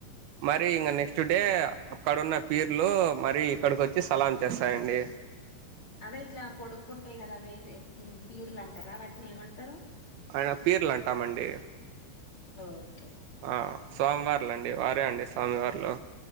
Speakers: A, on the right; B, on the left.
A: మరి ఇంక నెక్స్ట్ డే అక్కడున్న పీర్లు మరి ఇక్కడికి వచ్చి సలాం చేస్తాయండి
B: అదే ఇట్ల పొడుగ్గుంటాయి కదా వే పీర్లు అంటార వాటిని ఏమంటారు?
A: ఆయన పీర్లు అంటామండి
B: ఓకె
A: ఆ స్వామివార్లు అండి వారే అండి స్వామివార్లు